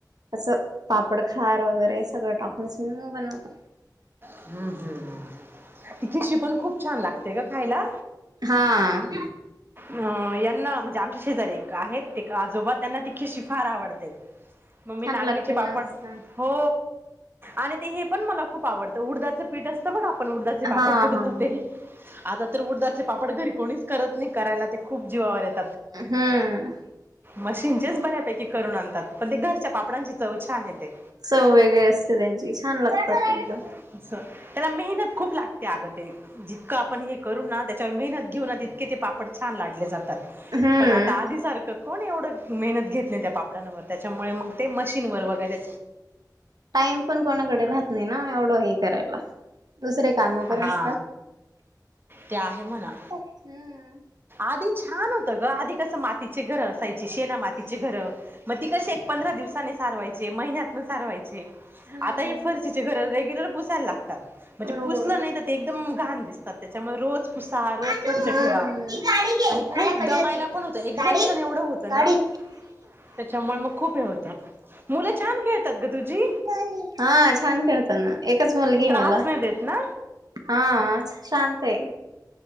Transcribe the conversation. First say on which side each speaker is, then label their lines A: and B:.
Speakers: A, on the right; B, on the right.
A: असं पापडखार वगैरे सगळं टाक <unintelligible> मस बनवतो
B: हम्म हम्म हम्म <unintelligible> त के श्री पण खूप छान लागते ग खायला
A: हा
B: अ -यांना म्हणजे आमच्या शेजारी एक आहेत ते आजोबा त्यांना ति खिशी फार आवडते. म मी
A: छान
B: नागलीचे
A: लागते
B: पापड
A: ना असं.
B: हो आणि ते हे पण मला खूप आवडतं उडदाचं पीठ असतं बघ आपण उडदाचे पापड
A: हा
B: करतो
A: हा
B: ते आता तर उडदाचे पापड घरी कोणीच करत नाही करायला ते खूप जीवावर येत
A: हम्म.
B: मशीनचेच बऱ्यापैकी करून आणतात पण ते घरच्या पापडांची चव छान येते
A: चव वेगळी असते त्यांची छान लागतात एकदम.
B: <unintelligible> त्याला मेहनत खूप लागते अगं ते जितकं आपण हे करू ना त्याच्यावर मेहनत घेऊ ना तितके ते पापड छान लाटले जातात
A: हम्म
B: पण आता आधी सारखं कोण एवढं मेहनत घेत नाही त्या पापडांवर. त्याच्यामुळे मग ते मशीन वर वगैरे
A: टाईम पण कोणाकडे राहत नाही ना एवढं हे करायला दुसरे काम पण
B: हा
A: असतात.
B: ते आहे म्हणा
A: हम्म.
B: आधीच छान होत ग आधी कसं मातीचे घरं असायचे शेना मातीचे घर मग ती कशी एक पंधरा दिवसाने सारवायचे महिन्यातन सारवायचे
A: हम्म
B: आता हे फर्चीचे घरं रेग्युलर पुसायला लागतात म्हणजे
A: रोज
B: पुसलं नाही तर ते एकदम घाण दिसतात त्याच्यामुळे रोज पुसा रोज
A: हम्म.
B: स्वच्छ ठेवा
A: ती गाडी घे
B: आणि खूप
A: माझ्याकडे
B: दमायला
A: होती
B: पण होत एक्झर्शन
A: गाडी
B: एवढं होतं
A: गाडी
B: ना त्याच्यामुळे मग खूप हे होतं मुलं छान खेळतात ग तुझी.
A: <unintelligible> हा छान खेळतान ना एकच मुलगी आहे
B: त्रास
A: मला.
B: नाही देत ना
A: हा शांत आहे.